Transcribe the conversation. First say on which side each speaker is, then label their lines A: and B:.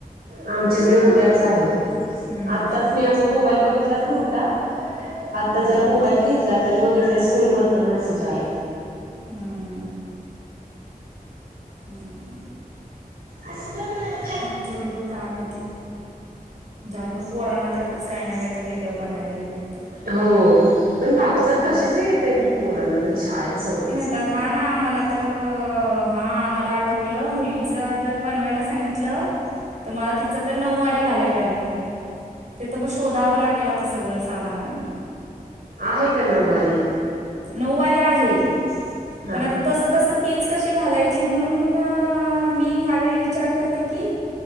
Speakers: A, on the right; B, on the right.
A: आमच्याकडे उद्याच आहे
B: हम्म
A: आताच
B: हम्म
A: मी आज मोबाईल बघितलाच नव्हता आता
B: हम्म
A: जरा मोबाईल घेतला तर बघितलं स्कूलमधनं मेसेज आलेत.
B: हम्. हम्म.
A: असलं ह.
B: आमच्याकडे पण काय माहिती? जाऊदे पण पोरांना तेवढंच काही ना काय ते वेगळं बनायलाही भेटतं
A: हो पण पावसात
B: हम्म
A: कशाचे येते पोरांना तरी शाळेत सोड
B: तर आ ना मला तर हा मला आठवलं मुलीच जर बनवायला सांगितलं तर मला तिचं तर नऊवारी घालायला लागेल तिथं मग शोधावं लागेल आता सगळं सामान आणि
A: आहे का नऊवारी?
B: नऊवारी आहे
A: हा
B: पण आता तसं कसं तीच कशी घालायची म्हणून म मी ह्यावेळी विचार करते की